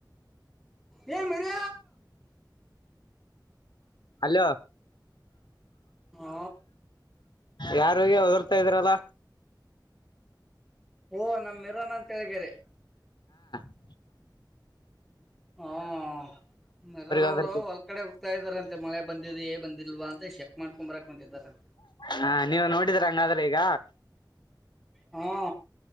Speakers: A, in the centre; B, on the left.
A: ಏ ಮರಿ
B: ಅಲೋ
A: ಹ
B: ಯಾರ ಅವ ಹತಾ ಇದ್ರಲ್ಲ
A: ಓ ನಮ ಮರೋನ ಅಂತ ಹೇಳಗಾರೆ
B: ಹ
A: ಹ ಮರನ್ ಅವ್ರು
B: ಒದರ್ತಿ
A: ಒಲ್ ಕಡೆ ಹೋಗ್ತಾ ಇದಾರಂತೆ ಮಳೆ ಬಂದಿದ್ದ ಏ ಬಂದಿಲ್ವಾ ಅಂತ ಚೆಕ್ ಮಾಡ್ಕೊಂಡಂಬರಾಕಂತಿದಾರಂತೆ
B: ಹಾ ನೀವು ನೋಡಿದ್ರ ಹಂಗಾದ್ರೆ ಈಗ
A: ಹಾ